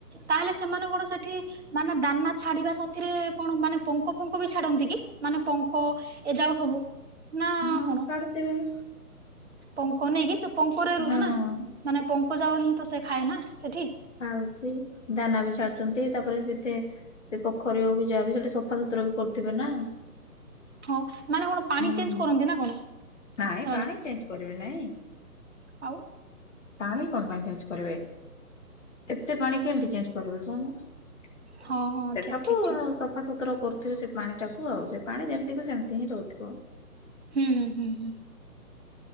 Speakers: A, on the right; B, on the left.
A: ତାହେଲେ ସେମାନେ କଣ ସେଠି ମାନେ ଦାନା ଛାଡିବା ସାଥିରେ କଣ ମାନେ ପଙ୍କ ଫଙ୍କ ବି ଛାଡନ୍ତି କି? ମାନେ ପଙ୍କ ଏ ଯାଉ ସବୁ, ନା
B: ହଁ
A: କଣ
B: କାଢୁଥିବେ।
A: ପଙ୍କ ନେଇକି ସେ ପଙ୍କରେ ରୁହେ
B: ହଁ।
A: ନା। ମାନେ ପଙ୍କ ଜାଉ ହିଁ ତ ସେ ଖାଏ ନା ସେଠି।
B: ଖାଉଚି ଦାନା ବି ଚାଲୁଚନ୍ତି ତାପରେ ସେତେ ସେ ପୋଖରୀ ହଉ କୁ ଯାହାବି ସେଟି ସଫା ସୁତୁରା ବି କରୁଥିବେ ନା।
A: ହଁ ମାନେ କଣ ପାଣି
B: ହୁଁ
A: ଚେଞ୍ଜ କରନ୍ତି ନା କଣ?
B: ନାଇଁ
A: ସେମାନେ
B: ପାଣି ଚେଞ୍ଜ କରିବେ ନାଇଁ।
A: ଆଉ
B: ପାଣି କଣ ପାଇଁ ଚେଞ୍ଜ କରିବେ ଏତେ ପାଣି କେମିତି ଚେଞ୍ଜ କରିବେ କଉନୁ। ସେଠାକୁ
A: ହଁ ହଁ ଠିକ ଠିକ ଠିକ
B: ସଫା ସୁତୁର କରୁଥିବେ ସେ ପାଣିଟାକୁ ଆଉ। ସେ ପାଣି ଯେମତିକୁ ସେମତି ହିଁ ରହୁଥିବ।
A: ହୁଁ ହୁଁ ହୁଁ।